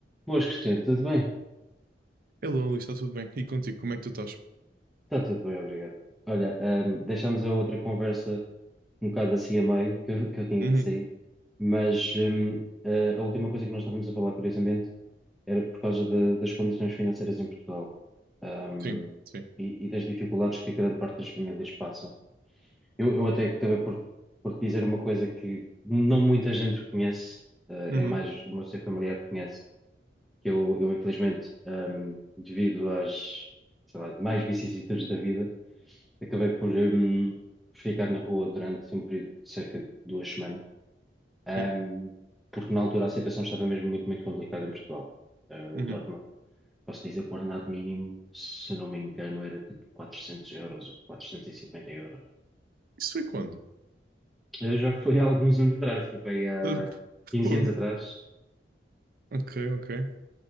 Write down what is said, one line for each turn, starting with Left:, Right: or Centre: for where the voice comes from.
Centre: Boas, Cristiano, tudo bem?
Right: Hello, Luís, está tudo bem? E contigo, como é que tu estás?
Centre: Está tudo bem, obrigado. Olha, ahm, deixámos a outra conversa um bocado assim a meio, que eu, que eu tinha
Right: Uhum,
Centre: que sair, mas ahm, a a última coisa que nós estávamos a falar, curiosamente, era por causa da- das condições financeiras em Portugal, ahm,
Right: sim, sim.
Centre: e, e das dificuldades que a grande parte das famílias passam. Eu, eu até acabei por, por te dizer uma coisa que não muita gente conhece, ah,
Right: Uhum,
Centre: é mais o meu ser familiar que conhece, que eu, eu infelizmente, ahm, devido às, sei lá, mais vicissitudes da vida, acabei por, hum, por ficar na rua durante um período de cerca de duas semanas, hum,
Right: sim,
Centre: porque na altura a situação estava mesmo muito, muito complicada em Portugal. Eh, os
Right: uhum.
Centre: ordena- posso dizer que o ordenado mínimo, se não me engano, era tipo 400 euros ou 450 euros.
Right: Isso foi quando?
Centre: Eh, já foi há alguns anos atrás, foi bem há
Right: Uh,
Centre: quinze
Right: fogo.
Centre: anos atrás,
Right: Ok, ok.